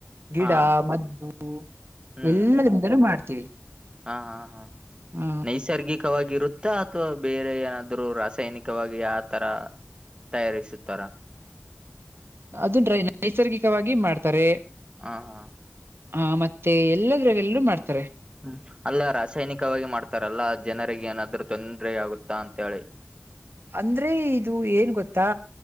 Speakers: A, on the right; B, on the right.
A: ಗಿಡ
B: ಹಾ
A: ಮದ್ದು
B: ಹ್ಮ್
A: ಎಲ್ಲದಿಂದಲೂ ಮಾಡ್ತೀವಿ
B: ಹಾ ಹಾ ಹಾ
A: ಹ
B: ನೈಸರ್ಗಿಕ ವಾಗಿ ಇರುತ್ತಾ ಅಥವಾ ಬೇರೆ ಏನಾದ್ರು ರಾಸಾಯನಿಕವಾಗಿ ಆ ತರ ತಯಾರಿಸುತ್ತಾರಾ
A: ಅದೈ ನೈಸರ್ಗಿಕವಾಗಿ ಮಾಡ್ತಾರೆ
B: ಹಾ ಹಾ
A: ಹ ಮತ್ತೆ ಎಲ್ಲದ್ರಾಗೆಲ್ಲೂ ಮಾಡ್ತಾರೆ
B: ಹ್ಮ್ ಅಲ್ಲ ರಾಸಾಯನಿಕವಾಗಿ ಮಾಡ್ತಾರಲ್ಲಾ ಜನರಿಗೆ ಏನಾದ್ರು ತೊಂದ್ರ ಆಗುತ್ತಾ ಅಂತ ಹೇಳಿ <unintelligible>
A: ಅಂದ್ರೆ ಇದು ಏನ್ ಗೊತ್ತಾ